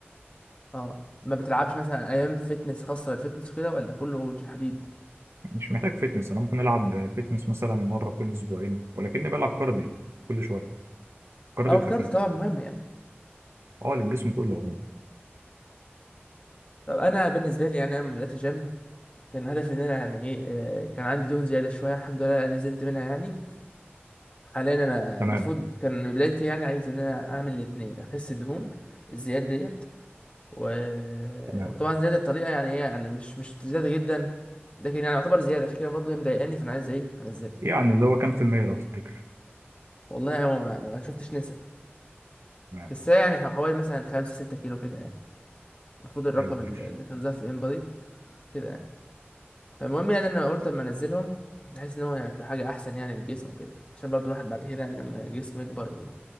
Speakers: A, on the left; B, on the right.
A: اه ما بتلعبش مثلا ايام فيتنس خاصه بالفيتنس وكده ولا كله حديد
B: مش محتاج فتنس أنا ممكن ألعب فتنس مثلا مرة كل أسبوعين ولكني بلعب كارديو كل شوية كارديو
A: اه الكارديو
B: خفيف
A: طبعا مهم يعني
B: أه للجسم كله عموما
A: طب انا بالنسبه لي يعني انا لما بدات جيم كان هدفي ان انا يعني ايه آه، كان عندي دهون زياده شويه الحمد لله نزلت منها يعني حاليا انا
B: تمام
A: المفروض كان بدايتي يعني عايز ان انا اعمل الاثنين اخس الدهون الزياده ديت و...
B: تمام
A: وطبعا زياده بطريقه يعني هي يعني مش مش زياده جدا لكن يعني يعتبر زياده عشان كده برضه هي مضايقاني فانا عايز ايه انزلها
B: يعني اللي هو كام في المية لو تفتكر
A: والله انا ما ما- ما شفتش نسب
B: تمام
A: بس هي يعني حوالي مثلا خمسة ستة كيلو كده يعني المفروض الرقم
B: حلو ماشي
A: اللي كان ظاهر في الانبادي كده يعني فالمهم يعني انا قلت اما انزلهم بحيث ان هو يعني تبقى حاجه احسن يعني للجسم وكده عشان برضو الواحد بعد كده يعني لما الجسم يكبر وما